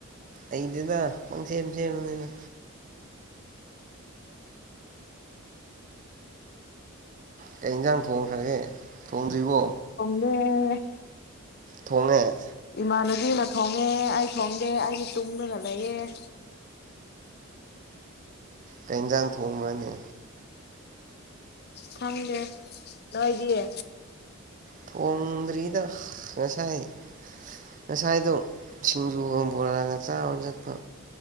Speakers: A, on the right; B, on the left.
A: ꯑꯩꯗꯤꯗ ꯁꯦꯝ ꯁꯦꯝ ꯑꯗꯨꯅ ꯀꯩ ꯏꯟꯖꯥꯡ ꯊꯣꯡꯈ꯭ꯔꯒꯦ ꯊꯣꯡꯗ꯭ꯔꯤꯕꯣ
B: ꯗ ꯍ
A: ꯊꯣꯡꯉꯦ
B: ꯏꯃꯥꯟꯅꯕꯤꯅ ꯊꯣꯡꯉꯦ ꯑꯩ ꯊꯣꯡꯗꯦ ꯑꯩꯒꯤ ꯇꯨꯡꯗꯅ ꯂꯩꯌꯦꯦ
A: ꯀꯩꯟꯖꯥꯡ ꯊꯣꯡꯕ꯭ꯔꯅꯦ
B: ꯊꯪꯗꯦ ꯂꯣꯏꯗꯤꯌꯦ
A: ꯊꯣꯡꯗꯔꯤꯗ ꯉꯁꯥꯏ ꯉꯁꯥꯏꯗꯣ ꯁꯤꯡꯖꯨꯒ ꯕꯣꯔꯥꯒ ꯆꯥꯔ ꯆꯠꯄ